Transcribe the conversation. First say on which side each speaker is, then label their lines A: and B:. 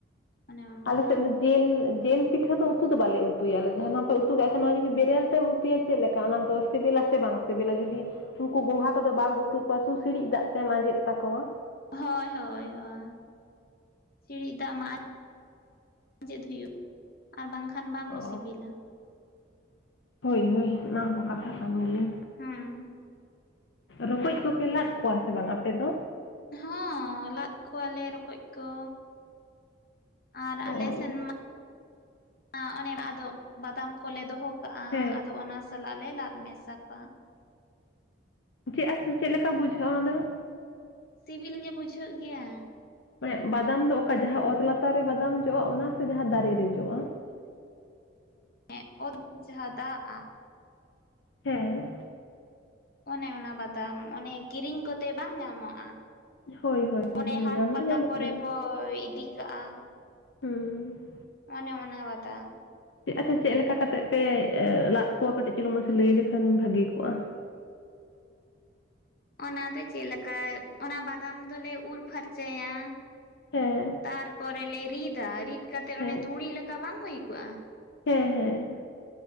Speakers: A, on the left; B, on the left.
A: ᱚᱱᱮ ᱚᱱᱠᱟ
B: ᱟᱞᱮ ᱥᱮᱫ ᱫᱚ ᱡᱮᱞ ᱡᱮᱞ ᱯᱤᱴᱷᱟᱹ ᱫᱚ ᱩᱛᱩ ᱫᱚ ᱵᱟᱞᱮ ᱩᱛᱩᱭᱟ ᱟᱞᱮ ᱡᱟᱦᱟᱱᱟᱜ ᱯᱮ ᱩᱛᱩ ᱠᱟᱜᱼᱟ ᱥᱮ ᱚᱱᱟ ᱡᱩᱫᱤ ᱵᱮᱨᱮᱞ ᱛᱮᱢ ᱛᱩᱭᱟ ᱪᱮᱫ ᱞᱮᱠᱟ ᱚᱱᱟ ᱫᱚ ᱥᱤᱵᱤᱞᱟ ᱥᱮ ᱵᱟᱝ ᱥᱤᱵᱤᱞᱟ? ᱡᱩᱫᱤ ᱩᱝᱠᱩ ᱜᱚᱝᱜᱷᱟ ᱠᱚᱫᱚ ᱵᱟᱢ ᱩᱛᱩ ᱠᱚᱣᱟ ᱥᱩ ᱥᱤᱲᱤᱡ ᱫᱟᱜ ᱛᱮᱢ ᱟᱸᱡᱮᱫ ᱛᱟᱠᱚᱣᱟ᱾
A: ᱦᱳᱭ ᱦᱳᱭ ᱦᱳᱭ ᱥᱤᱲᱤᱡ ᱫᱟᱜ ᱢᱟ ᱟᱸᱡᱮᱫ ᱦᱩᱭᱩᱜ ᱟᱨ ᱵᱟᱝᱠᱷᱟᱱ ᱵᱟᱝᱠᱚ
B: ᱚ
A: ᱥᱤᱵᱤᱞᱟ᱾
B: ᱦᱳᱭ ᱦᱳᱭ ᱚᱱᱟ ᱦᱚᱸ ᱠᱟᱛᱷᱟ ᱠᱟᱱ ᱜᱮᱭᱟ᱾
A: ᱦᱩᱸ
B: ᱨᱚᱠᱚᱡ ᱠᱚᱯᱮ ᱞᱟᱫ ᱠᱚᱣᱟ ᱥᱮ ᱵᱟᱝ ᱟᱯᱮ ᱫᱚ?
A: ᱦᱚᱸ ᱞᱟᱫ ᱠᱚᱣᱟᱞᱮ ᱨᱚᱠᱚᱡ ᱠᱚ, ᱟᱨ
B: ᱚ
A: ᱟᱞᱮ ᱥᱮᱱ
B: ᱤᱧ
A: ᱢᱟ ᱚᱱᱮᱢᱟ ᱟᱫᱚ ᱵᱟᱫᱟᱢ ᱠᱚᱞᱮ ᱫᱚᱦᱚ ᱠᱟᱜᱼᱟ,
B: ᱦᱮᱸ
A: ᱟᱫᱚ ᱚᱱᱟ ᱥᱟᱞᱟᱜ ᱞᱮ ᱞᱟᱫ ᱢᱮᱥᱟ ᱠᱚᱣᱟ᱾
B: ᱪᱮᱫ ᱟ ᱥᱮ ᱪᱮᱫ ᱞᱮᱠᱟ ᱵᱩᱡᱷᱟᱹᱜᱼᱟ ᱚᱱᱟᱫᱚ?
A: ᱥᱤᱵᱤᱞ ᱜᱮ ᱵᱩᱡᱷᱟᱹᱜ ᱜᱮᱭᱟ᱾
B: ᱢᱟᱱᱮ ᱵᱟᱫᱟᱢ ᱫᱚ ᱚᱠᱟ ᱡᱟᱦᱟᱸ ᱚᱛ ᱞᱟᱛᱟᱨ ᱨᱮ ᱵᱟᱫᱟᱢ ᱡᱚᱜᱼᱟ ᱚᱱᱟ ᱥᱮ ᱡᱟᱦᱟᱸ ᱫᱟᱨᱮ ᱨᱮ ᱡᱚᱜᱼᱟ?
A: ᱮᱸ ᱚᱛ ᱡᱟᱦᱟᱸ ᱫᱟᱜᱼᱟ᱾
B: ᱦᱮᱸ
A: ᱚᱱᱮ ᱚᱱᱟ ᱵᱟᱫᱟᱢ, ᱚᱱᱮ ᱠᱤᱨᱤᱧ ᱠᱚᱛᱮ ᱵᱟᱝ ᱧᱟᱢᱚᱜᱼᱟ᱾
B: ᱦᱳᱭ ᱦᱳᱭ
A: ᱚᱱᱮ
B: ᱦᱳᱭ
A: ᱦᱟᱴ
B: ᱧᱟᱢ
A: ᱯᱟᱛᱟ
B: ᱫᱚ ᱧᱟᱢᱚᱜ
A: ᱠᱚᱨᱮ
B: ᱜᱮᱭᱟ
A: ᱠᱚ ᱤᱫᱤ ᱠᱟᱜᱼᱟ,
B: ᱦᱩᱸ
A: ᱚᱱᱮ ᱚᱱᱟ ᱵᱟᱫᱟᱢ ᱾
B: ᱪᱮᱫ ᱟᱪᱪᱷᱟ ᱪᱮᱫ ᱞᱮᱠᱟ ᱠᱟᱛᱮᱫ ᱯᱮ ᱞᱟᱫ ᱠᱚᱣᱟ, ᱠᱟᱹᱴᱤᱡ ᱪᱩᱞᱩᱝ ᱢᱟᱥᱮ ᱞᱟᱹᱭ ᱞᱮᱠᱷᱟᱱ ᱵᱷᱟᱜᱮ ᱠᱚᱜᱼᱟ᱾
A: ᱚᱱᱟ ᱫᱚ ᱪᱮᱫ ᱞᱮᱠᱟ, ᱚᱱᱟ ᱵᱟᱫᱟᱢ ᱫᱚᱞᱮ ᱩᱨ ᱯᱷᱟᱨᱪᱟᱭᱟᱼᱼ
B: ᱦᱮᱸ
A: ᱛᱟᱨᱯᱚᱨᱮ ᱞᱮ ᱨᱤᱫᱟ, ᱨᱤᱫ ᱠᱟᱛᱮ
B: ᱦᱮᱸ
A: ᱚᱱᱮ ᱛᱩᱲᱤ ᱞᱮᱠᱟ ᱵᱟᱝ ᱦᱩᱭ ᱠᱚᱜᱼᱟᱼᱼ
B: ᱦᱮᱸ ᱦᱮᱸ